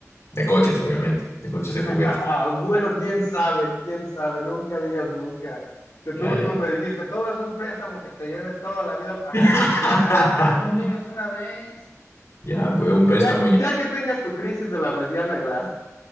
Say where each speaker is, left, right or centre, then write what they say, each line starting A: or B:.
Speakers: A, on the left; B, on the left.
A: De coches, obviamente. De coches
B: <laughs>
A: de juguete.
B: Bueno, quién sabe, quién sabe, nunca digas nunca. Que tú
A: Ya,
B: mismo
A: ya.
B: me dijiste, todo es un préstamo que te lleve toda la vida a pagarlo,
A: <laughs>
B: y pues ya, solo vives una vez.
A: Ya, pues un
B: Pero
A: préstamo
B: ya, ya
A: ya.
B: que tengas tu crisis de la mediana edad.